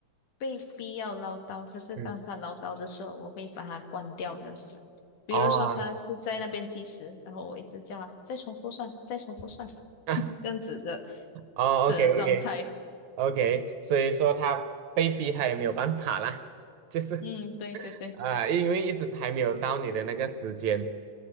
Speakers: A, on the left (about 70°); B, on the right (about 70°).
A: 被逼要唠叨，可是当他唠叨的时候，
B: 嗯，
A: 我会把它关掉这样子。比如说他是在那边计时，
B: 哦，
A: 然后我一直叫他再重复算，再重复算，
B: <laughs> 啊，
A: 这样子的
B: 哦，OK
A: 的状态。
B: OK OK，所以说他被逼，他也没有办法啦，<laughs> 就是
A: 嗯，对对对，
B: 啊、呃因为一直还没有到你的那个时间